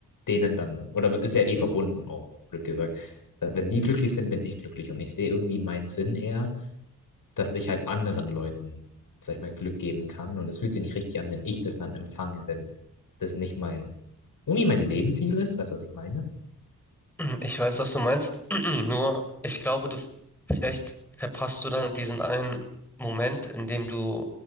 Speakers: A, on the left (about 65°); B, in the centre.
A: denen dann, oder ist ja eh verbunden auch, blöd gesagt. Wenn die glücklich sind, bin ich glücklich und ich sehe irgendwie meinen Sinn eher dass ich halt anderen Leuten, sag ich mal, Glück geben kann. Und es fühlt sich nicht richtig an, wenn ich das dann empfange, wenn das nicht mein, irgendwie mein Lebensziel ist. Weißt du, was ich meine?
B: Ich weiß, was du meinst. <clears throat> Nur, ich glaube, du vielleicht verpasst du dann diesen einen Moment, in dem du